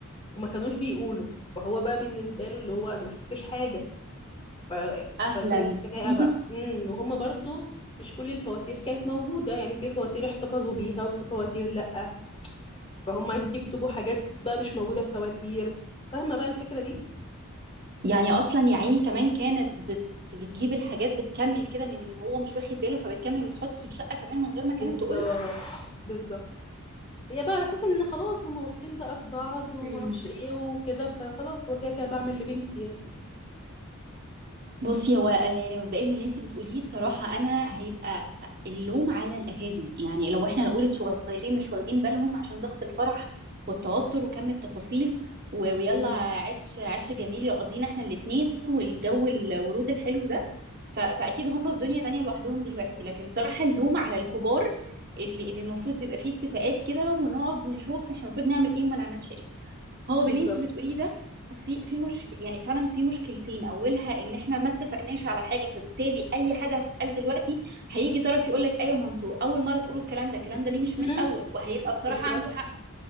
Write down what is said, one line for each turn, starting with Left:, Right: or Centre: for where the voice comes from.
Left: وما كانوش بيقولوا فهو بقى بالنسبة له اللي هو أنا ما شفتش حاجة ف...
Right: اهلا
Left: فبقت خناقة
Right: <laughs>
Left: بقى امم وهما برضو مش كل الفواتير كانت موجودة يعني في فواتير احتفظوا بيها وفي فواتير لأ فهم عايزين يكتبوا حاجات بقى مش موجودة في فواتير فاهمة بقى الفكرة دي
Right: يعني اصلا يا عيني كمان كانت بت بتجيب الحاجات بتكمل كده من هو مش واخد باله فبتكمل وتحط في الشقة كمان من غير ما كانت
Left: بالظبط
Right: تقول
Left: بالظبط هي بقى على اساس ان خلاص هما واثقين بقى في بعض وما
Right: له
Left: اعرفش ايه وكده فخلاص هو كده كده بعمل لبنتي يعني
Right: بصي هو يعني مبدئيا من اللي انت بتقوليه بصراحة انا هيبقى اللوم على الاهالي يعني لو احنا نقول الصغيرين مش واخدين بالهم عشان ضغط الفرح والتوتر وكم التفاصيل و- ويلا
Left: امم
Right: عش عش جميل يقضينا احنا الاتنين والجو الورود الحلو ده ف- فاكيد هم في دنيا تانية لوحدهم دلوقتي لكن بصراحة اللوم على الكبار اللي اللي المفروض بيبقى فيه اتفاقات كده ونقعد نشوف احنا المفروض نعمل ايه وما نعملش ايه هو
Left: بالظبط
Right: باللي انت بتقوليه ده في في مش يعني فعلا في مشكلتين اولها ان احنا ما اتفقناش على حاجه فبالتالي اي حاجه هتتقال دلوقتي هيجي طرف يقول لك ايوه ما انتوا اول مره تقولوا الكلام ده الكلام ده ليه مش من
Left: امم
Right: الاول وهيبقى بصراحه
Left: بالظبط
Right: عنده حق